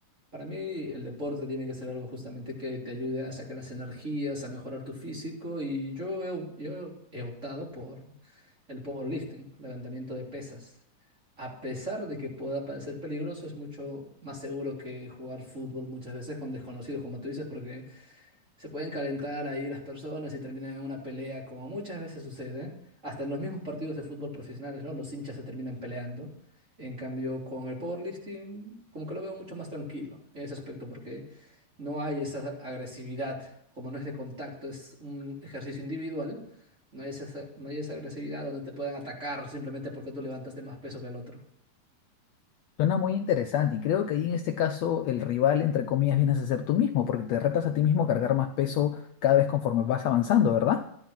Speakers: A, on the right; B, on the left.
A: Para mí el deporte tiene que ser algo justamente que te ayude a sacar las energías, a mejorar tu físico y yo he, yo he optado por el powerlifting, levantamiento de pesas. A pesar de que pueda parecer peligroso, es mucho más seguro que jugar fútbol muchas veces con desconocidos, como tú dices, porque se pueden calentar ahí las personas y terminan en una pelea, como muchas veces sucede, hasta en los mismos partidos de fútbol profesionales, ¿no? Los hinchas se terminan peleando. En cambio, con el powerlifting, como que lo veo mucho más tranquilo en ese aspecto, porque no hay esa agresividad, como no es de contacto, es un ejercicio individual, no hay esa, no hay esa agresividad donde te puedan atacar simplemente porque tú levantaste más peso que el otro.
B: Suena muy interesante y creo que ahí en este caso el rival, entre comillas, vienes a ser tú mismo, porque te retas a ti mismo a cargar más peso cada vez conforme vas avanzando, ¿verdad?